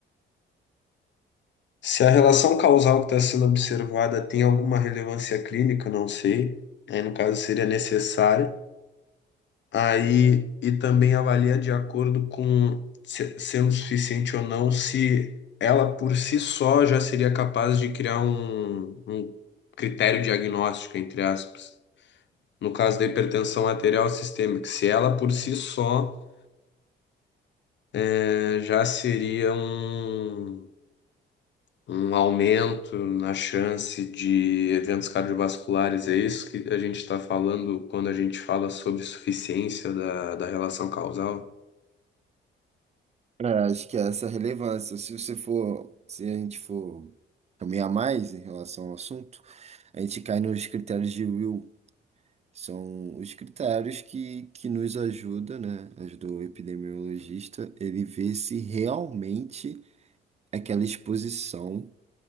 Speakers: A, on the left (about 65°); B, on the right (about 35°).
A: Se a relação causal que está sendo observada tem alguma relevância clínica, não sei. Aí, no caso, seria necessário. Aí, e também avalia de acordo com se- sendo suficiente ou não, se ela por si só já seria capaz de criar um, um critério diagnóstico, entre aspas. No caso da hipertensão arterial sistêmica, se ela por si só eh, já seria um, um aumento na chance de eventos cardiovasculares. É isso que a gente está falando quando a gente fala sobre suficiência da, da relação causal?
B: É, acho que é essa relevância, se você for, se a gente for caminhar mais em relação ao assunto, a gente cai nos critérios de Will. São os critérios que, que nos ajuda, né? Ajudou o epidemiologista, ele vê se realmente aquela exposição